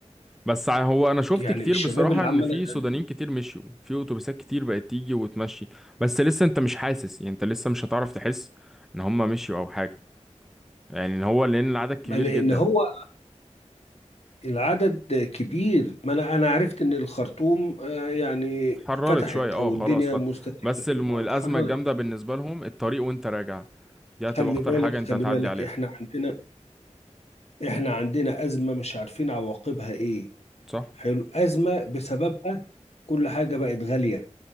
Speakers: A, in the centre; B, on the left.
A: بس ع- هو أنا شفت
B: يعني
A: كتير
B: الشباب
A: بصراحة
B: اللي
A: إن
B: عمال
A: في
B: أتقدم
A: سودانيين كتير مشيوا في أتوبيسات كتير بقت تيجي وتمشي بس لسه أنت مش حاسس يعني أنت لسه مش هتعرف تحس إن هما مشيوا أو حاجة يعني إن هو لأن العدد كبير
B: ما لأن
A: جدا
B: هو العدد كبير ما انا انا عرفت ان الخرطوم آه، يعني
A: اتحررت
B: فتحت
A: شوية أه
B: او
A: خلاص
B: الدنيا
A: فتح
B: مستقبل
A: بس الم- الأزمة
B: اتحررت
A: الجامدة بالنسبة لهم الطريق وأنت راجع دي
B: خلي
A: هتبقى أخطر
B: بالك
A: حاجة
B: خلي
A: أنت هتعدي
B: بالك
A: عليها
B: احنا عندنا احنا عندنا ازمه مش عارفين عواقبها ايه
A: صح
B: حلو ازمه بسببها كل حاجه بقت غاليه